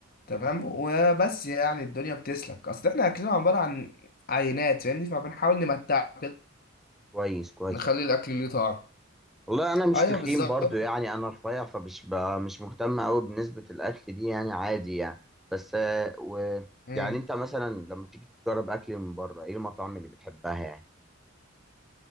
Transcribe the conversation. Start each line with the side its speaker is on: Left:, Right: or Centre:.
Left: تمام وبس يعني الدنيا بتسلك اصل احنا اكلنا عباره عن عينات فاهمني فبنحاول نمتع كده
Centre: كويس كويس
Left: نخلي الاكل ليه طعم
Centre: والله انا مش
Left: ايوه
Centre: تخين
Left: بالظبط
Centre: برضو يعني انا رفيع فمش ب- مش مهتم قوي بنسبة الاكل دي يعني عادي يعني بس آه، و
Left: مم.
Centre: يعني انت مثلا لما تيجي تجرب اكل من بره ايه المطاعم اللي بتحبها يعني